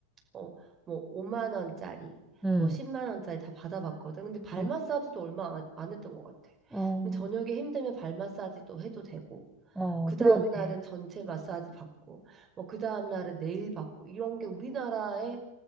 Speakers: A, on the right; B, in the centre.
A: 어, 뭐, 5만 원짜리,
B: 응,
A: 뭐, 10만 원짜리 다 받아봤거든. 근데 발
B: 어,
A: 마사지도 얼마 안, 안 했던 것 같아.
B: 어,
A: 저녁에 힘들면 발 마사지도 해도 되고.
B: 어,
A: 그 다음
B: 그러네.
A: 날은 전체 마사지 받고, 뭐 그 다음 날은 네일 받고 이런 게 우리나라의